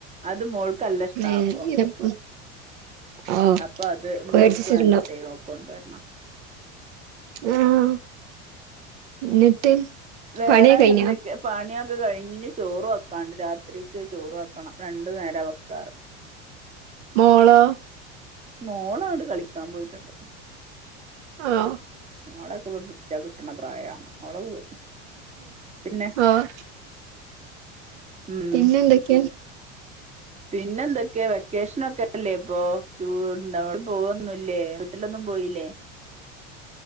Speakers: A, on the right; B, on the right.
A: അത് മോൾക്ക് നല്ലഷ്ടാ
B: വേറെ
A: അപ്പോ
B: ഇങ്ങനെ പോണ് ഓ
A: അപ്പൊ അത് മോൾക്ക്
B: വേടിച്ചിട്ടുണ്ടാവും
A: വേണ്ടിയിട്ടെ കൊണ്ടുവരണ.
B: ആഹ് എന്നിട്ട്.
A: വേറെ
B: പണിയൊക്കെ കഴിഞ്ഞോ
A: എന്തൊക്കെയാ. പണിയൊക്കെ കഴിഞ്ഞി ചോറ് വെക്കാണ്ട് രാത്രിക്ക് ചോറ് വെക്കണം രണ്ടു നേരം വെക്കാറ്.
B: മോളോ.
A: മോള അങ്ങട്ട് കളിക്കാൻ പോയിട്ടുണ്ട്.
B: ആഹ്
A: മോളെകെ പിടിച്ച കിട്ടണ പ്രായ ഓളെ പോയി. പിന്നെ
B: ആഹ്
A: ഉം
B: പിന്നെന്തൊക്കെയാ.
A: പിന്നെ എന്തൊക്കെയാ വെക്കേഷനൊക്കെല്ലേ ഇപ്പോ ടൂർ നമ്മ പോവൊന്നല്ലേ വീട്ടിലൊന്നും പോയില്ലേ?